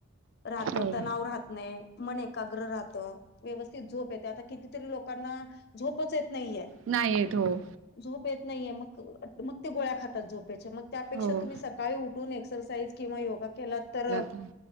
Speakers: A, on the left; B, on the right.
A: राहत,
B: हो
A: तणाव राहत नाही, मन एकाग्र राहत, व्यवस्थित झोप येते. आता कितीतरी लोकांना झोपच येत नाही.
B: नाही येत हो.
A: झोप येत नाहीये, मग मग ते गोळ्या खातात झोपेच्या मग त्यापेक्षा
B: हो
A: तुम्ही सकाळी उठून एक्सरसाईज किंवा योगा केला तर
B: हम्